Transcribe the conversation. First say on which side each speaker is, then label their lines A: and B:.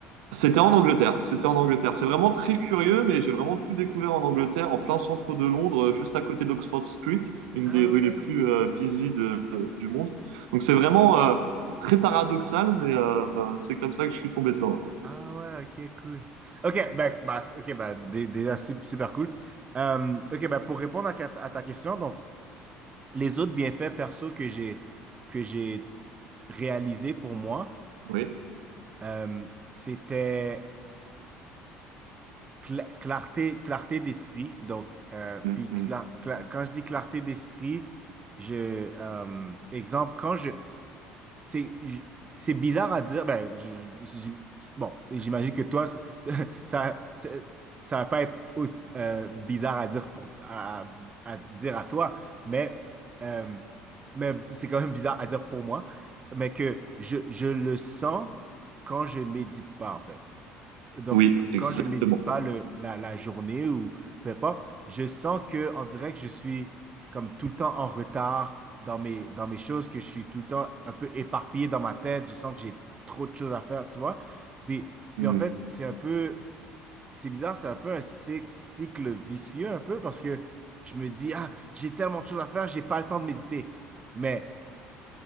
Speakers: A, on the right; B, on the right.
A: C'était en Angleterre. C'était en Angleterre. C'est vraiment très curieux, mais j'ai vraiment tout découvert en Angleterre, en plein centre de Londres, euh, juste à côté d'Oxford Street, une
B: Ah
A: des rues
B: ouais,
A: les plus euh, busy de- euh, du monde. Donc c'est vraiment euh, très paradoxal, mais euh, euh, c'est comme ça que je suis tombé dedans.
B: ah ouais, ok, cool. Ok, ben, bah, c- ok, ben, dé- déjà sup- super cool. Euh, ok, ben, pour répondre à, ta à ta question, donc les autres bienfaits perso que j'ai que j'ai réalisés pour moi,
A: Oui.
B: euh, c'était cla- clarté, clarté d'esprit. Donc, euh,
A: <laughs> Mhm.
B: puis cla- cla- quand je dis clarté d'esprit, je, euh, exemple, quand je, c'est, je- c'est bizarre à dire. Ben, je- je- je- bon, j'imagine que toi, c'est- <laughs> ça, c'est- ça va pas être aussi- euh, bizarre à dire pour à, à dire à toi, mais euh, mais c'est quand même bizarre à dire pour moi, mais que je, je le sens quand je médite pas en fait. Donc,
A: Oui, exactement.
B: quand je médite pas le, la, la journée ou peu importe, je sens que en direct, je suis comme tout le temps en retard dans mes, dans mes choses, que je suis tout le temps un peu éparpillé dans ma tête. Je sens que j'ai trop de choses à faire, tu vois. Puis, puis
A: Mm.
B: en fait, c'est un peu, c'est bizarre, c'est un peu un cy- cycle vicieux, un peu, parce que je me dis, ah, j'ai tellement de choses à faire, j'ai pas le temps de méditer. Mais,